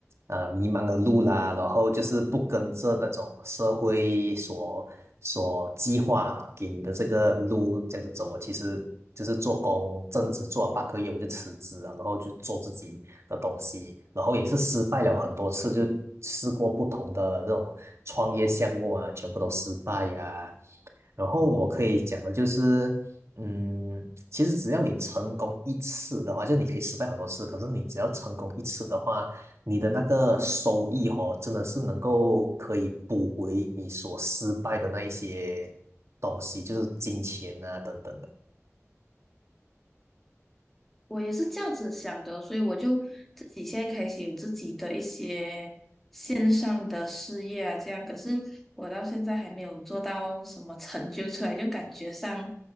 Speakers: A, on the right; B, in the centre.
A: 呃迷茫的路啦，然后就是不跟着那种社会所所计划给你的这个路这样子走。我其实就是做工，正职做了八个月，我就辞职了，然后就做自己的东西，然后也是失败了很多次，就试过不同的这种创业项目啊，全部都失败呀、然后我可以讲的就是，嗯，其实只要你成功一次的话，就你可以失败很多次，可是你只要成功一次的话，你的那个收益哦，真的是能够可以补回你所失败的那一些东西，就是金钱啊等等的。
B: 我也是这样子想的，所以我就自己现在开始有自己的一些线上的事业啊，这样，可是我到现在还没有做到什么成就出来，就感觉上，